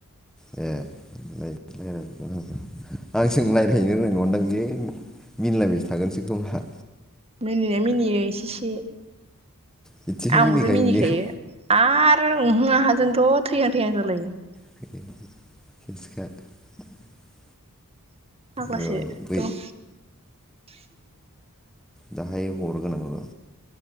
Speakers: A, in the centre; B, on the right (about 25°).
A: ए ए उम आंजों रायलायनो रोंनाय नङानदां बे मिनलाबाय थागोनसो खोमा।
B: मिनिनाया मिनियो एसे एसे
A: बिदिसो
B: आंबोथ' मिनिखायो
A: बियो
B: आरो उमहो आंहाजोंथ' थैहां थैहां जालायो।
A: <unintelligible>
B: फाग्लासोथ'
A: र' बै दाहाय हरगोनां र''